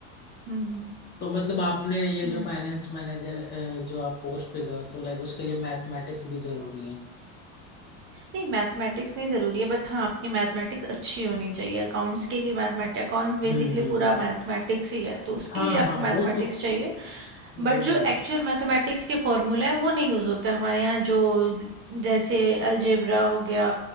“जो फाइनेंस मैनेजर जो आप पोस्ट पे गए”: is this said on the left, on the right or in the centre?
Left